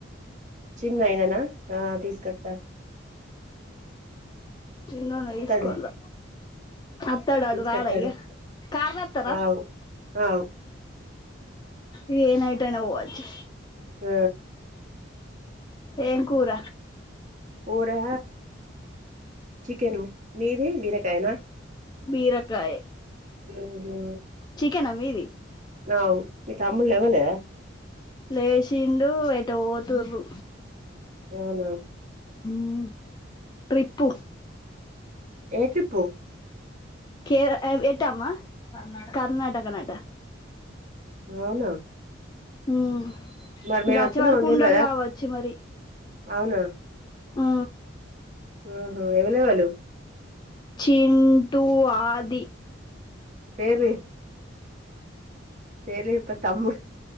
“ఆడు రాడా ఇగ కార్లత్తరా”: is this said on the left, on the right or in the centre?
Left